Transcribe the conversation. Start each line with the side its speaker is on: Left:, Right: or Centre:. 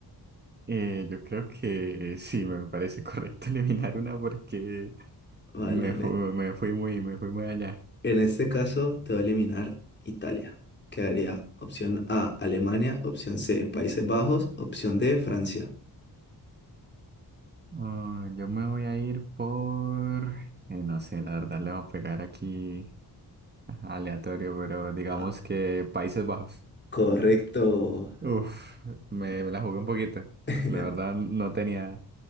Right: Eh, yo creo que sí, me parece correcto <laughs> eliminar una porque
Left: Vale,
Right: me,
Left: en,
Right: fu- me fui muy, me fui muy allá.
Left: En este caso, te va a eliminar Italia. Quedaría opción A, Alemania, opción C, Países Bajos, opción D, Francia.
Right: Ah, yo me voy a ir por, eh, no sé, la verdad le voy a pegar aquí ajá, aleatorio, pero digamos
Left: Ah,
Right: que Países Bajos.
Left: correcto.
Right: Uf, me, me la jugué un poquito,
Left: <laughs>
Right: porque la verdad no tenía,